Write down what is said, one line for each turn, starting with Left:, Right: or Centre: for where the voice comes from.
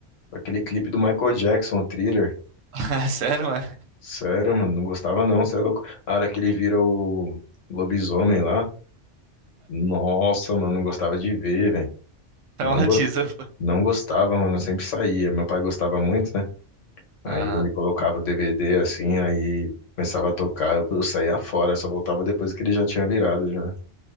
Left: aquele clipe do Michael Jackson, o Thriller.
Right: <laughs> Sério, mano?
Left: Sério, mano, não gostava não, você é louco. A hora que ele vira o lobisomem lá, nossa, mano, não gostava de ver, velho.
Right: Traumatizou,
Left: Não, go-
Right: pô.
Left: não gostava, mano, eu sempre saía. Meu pai gostava muito, né? Aí
Right: Aham.
Left: ele colocava o DVD assim, aí começava a tocar, eu eu saía fora, só voltava depois que ele já tinha virado, já.